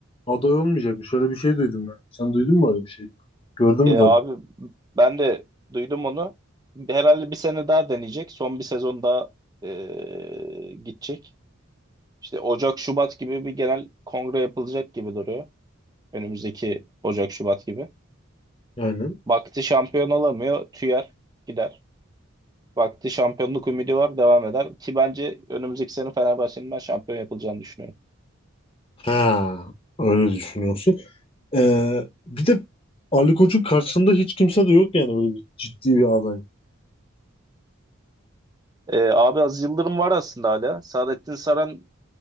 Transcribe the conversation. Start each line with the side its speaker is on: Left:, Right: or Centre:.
Left: aday olmayacak. Şöyle bir şey duydum ben. Sen duydun mu öyle bir şey? Gördün
Right: E,
Left: mü
Right: abi ben de duydum onu. Herhalde bir sene daha deneyecek. Son bir sezon daha e, gidecek. İşte Ocak Şubat gibi bir genel kongre yapılacak gibi duruyor. Önümüzdeki Ocak Şubat gibi.
Left: Yani
Right: Vakti şampiyon olamıyor, tüyer gider. Vakti şampiyonluk ümidi var, devam eder. Ki bence önümüzdeki sene Fenerbahçe'nin ben şampiyon yapılacağını düşünüyorum.
Left: Ha, öyle düşünüyorsun. Ee, bir de Ali Koç'un karşısında hiç kimse de yok yani böyle bir ciddi bir aday.
Right: E, abi az Yıldırım var aslında hala. Saadettin Saran